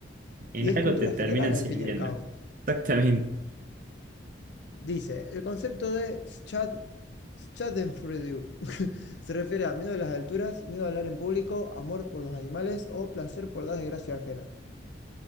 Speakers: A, on the right (about 45°); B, on the left (about 65°).
A: En
B: y es
A: algo
B: cultura
A: te terminan
B: general al
A: sirviendo.
B: fin y al cabo.
A: Exactamente.
B: Dice, el concepto de Schad- Schadenfreude <laughs> se refiere a miedo a las alturas, miedo a hablar en público, amor por los animales o placer por la desgracia ajena.